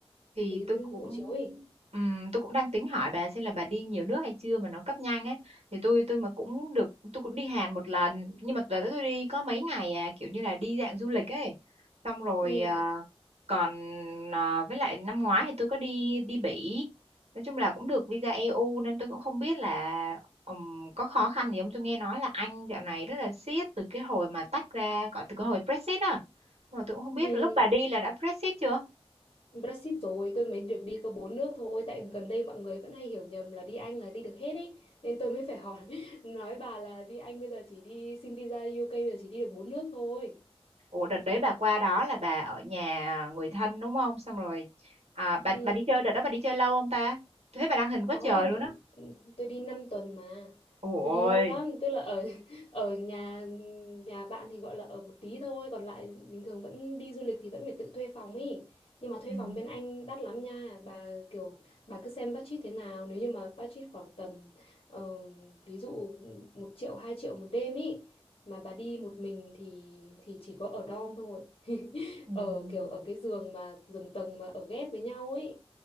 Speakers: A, on the right; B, on the left.
A: thì
B: Cái
A: tôi cũng
B: hộ chiếu ấy.
A: ừm, tôi cũng đang tính hỏi bà xem là bà đi nhiều nước hay chưa mà nó cấp nhanh ấy thì tôi tôi mà cũng được tôi cũng đi Hàn một lần nhưng mà đợt đó tôi đi có mấy ngày à kiểu như là đi dạng du lịch ấy xong rồi
B: Ừ.
A: à, còn à, với lại năm ngoái thì tôi có đi đi Bỉ nói chung là cũng được visa EU nên tôi cũng không biết là ừm, có khó khăn gì không tôi nghe nói là Anh dạo này rất là siết từ cái hồi mà tách ra gọi từ cái hồi Brexit á mà tôi cũng không biết
B: Ừ.
A: lúc bà đi là đã Brexit chưa
B: Brexit rồi tôi mới được đi có bốn nước thôi tại gần đây mọi người vẫn hay hiểu nhầm là đi Anh là đi được hết ấy nên tôi mới phải hỏi <laughs> nói bà là đi Anh bây giờ chỉ đi xin visa UK bây giờ chỉ đi được bốn nước thôi
A: Ủa đợt đấy bà qua đó là bà ở nhà người thân đúng không? Xong rồi à,
B: ừ.
A: bà bà đi chơi đợt đó bà đi chơi lâu không ta? Tôi thấy bà đăng hình quá
B: Có
A: trời
B: tôi đi-
A: luôn á.
B: tôi đi 5 tuần mà.
A: Ôi,
B: Tôi đi lâu lắm, tức là ở <laughs> ở nhà nhà bạn thì gọi là ở một tí thôi, còn lại bình thường vẫn đi du lịch thì vẫn phải tự thuê phòng ý. Nhưng mà thuê
A: Ừ.
B: phòng bên Anh đắt lắm nha. Bà kiểu bà cứ xem budget thế nào, nếu như mà budget khoảng tầm ờ, ví dụ một triệu 2 triệu một đêm ý mà bà đi một mình thì thì chỉ có ở dorm thôi. <laughs>
A: Ừ.
B: Ở kiểu ở cái giường mà giường tầng mà ở ghép với nhau ý